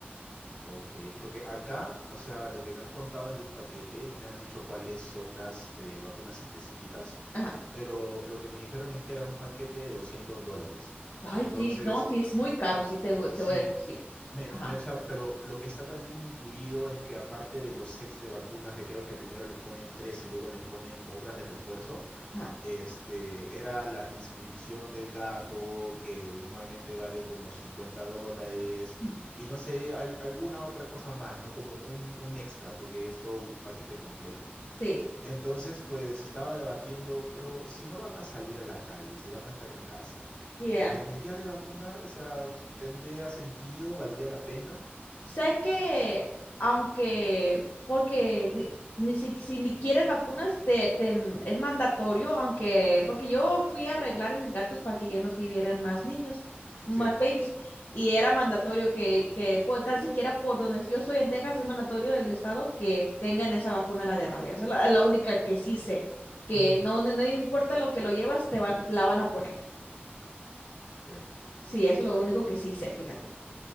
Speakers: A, on the left (about 35°); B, on the left (about 65°).
A: Ok, porque acá, o sea, lo que me han contado es de un paquete, no me han dicho cuáles son las eh, vacunas específicas,
B: Ajá.
A: pero lo que me dijeron es que era un paquete de 200 dólares.
B: Ay,
A: Entonces,
B: sí, no, sí, es muy caro, sí, te, voy-
A: sí,
B: te voy a decir, sí.
A: Me,
B: Ajá,
A: me- o sea, pero lo que está también incluido es que aparte de los sets de vacunas, que creo que primero les ponen tres y luego les ponen otras de refuerzo,
B: ajá.
A: este, era la inscripción del gato, que normalmente vale como 50 dólares,
B: ujú,
A: y no sé, al- alguna otra cosa más, ¿no? Como un, un extra, porque es todo un paquete completo.
B: Sí,
A: Entonces, pues estaba debatiendo, pero si no van a salir a la calle, si van a estar en casa,
B: yeah.
A: ¿los debería de vacunar? O sea, ¿tendría sentido? ¿Valdría la pena?
B: Sé que, aunque, porque ni, ni si, si ni quieres vacunas, te, te- es mandatorio, aunque, porque yo fui a arreglar mis gatos para que ya no tuvieran más niños, más
A: Sí.
B: babies, y era mandatorio que, que pues, tan siquiera por donde yo estoy en Texas, es mandatorio del estado que tengan esa vacuna, la de rabia. Esa es la, es la única que sí sé, que
A: Ujú,
B: no, no, no importa lo que lo llevas, te van, la van a poner.
A: Ok,
B: Sí, eso
A: está
B: es lo único
A: bien.
B: que sí sé, fíjate.